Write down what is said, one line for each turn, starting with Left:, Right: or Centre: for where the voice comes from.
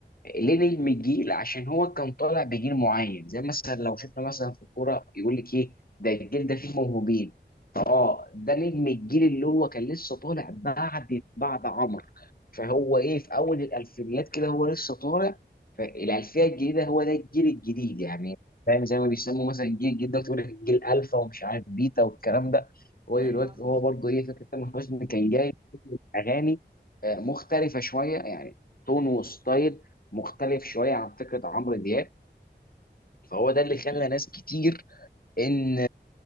Left: ليه نجم الجيل عشان هو كان طالع بجيل معين زي مثلا لو شفنا مثلا في الكوره يقول لك ايه ده الجيل ده فيه موهوبين اه ده نجم الجيل اللي هو كان لسه طالع بعد بعد عمرو فهو ايه في اول الالفينيات كده هو لسه طالع فالالفيه
Right: مم.
Left: الجديده هو ده الجيل الجديد يعني فاهم زي ما بيسموا مثلا الجيل الجديد ده تقول لك الجيل الفا ومش عارف بيتا والكلام ده هو
Right: لا
Left: دلوقتي هو برضه ايه فكره تامر حسني كان جاي فكرة اغاني آه، مختلفه شويه يعني تون وستايل مختلف شويه عن فكره عمرو دياب فهو ده اللي خلى
Right: حقيقي
Left: ناس كتير ان